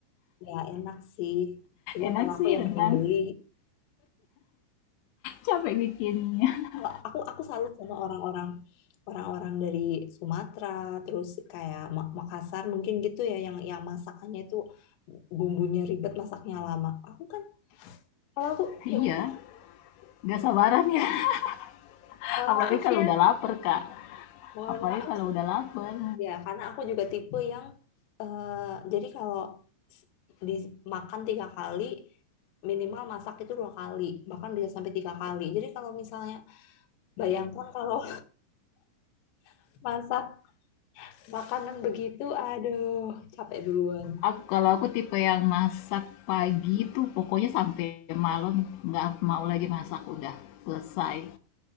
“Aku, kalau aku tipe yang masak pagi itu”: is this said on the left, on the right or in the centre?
Left